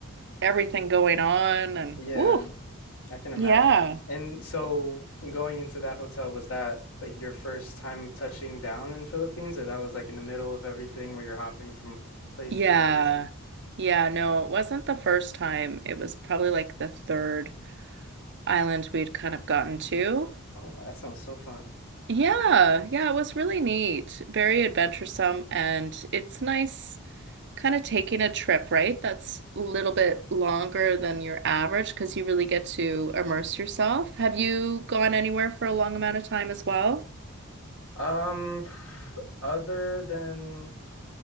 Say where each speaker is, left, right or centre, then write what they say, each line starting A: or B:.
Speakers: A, on the right; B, on the left.
A: everything going on. And
B: Yeah.
A: ooh,
B: I can imagine.
A: yeah,
B: And so, in going into that hotel, was that like your first time touching down in Philippines, or that was like in the middle of everything where you're hopping from place
A: yeah,
B: to place?
A: yeah. No, it wasn't the first time. It was probably like the third island we'd kind of gotten to.
B: Oh, that sounds so fun.
A: Yeah, yeah, it was really neat, very adventuresome, and it's nice kind of taking a trip, right? That's a little bit longer than your average because you really get to immerse yourself. Have you gone anywhere for a long amount of time as well?
B: Um, other than